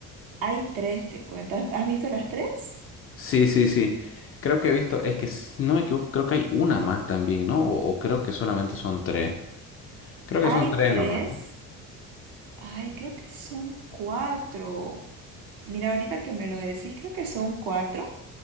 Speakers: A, on the right; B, on the left.
A: Hay tres, te cuento. ¿Has has visto las tres?
B: Sí, sí, sí. Creo que he visto, es que si no me equivoco, creo que hay una más también, ¿no? O, o creo que solamente son tres. Creo
A: Hay
B: que son tres
A: tres.
B: nomás, ¿no?
A: Ay, creo que son cuatro. Mira, ahorita que me lo decís, creo que son cuatro.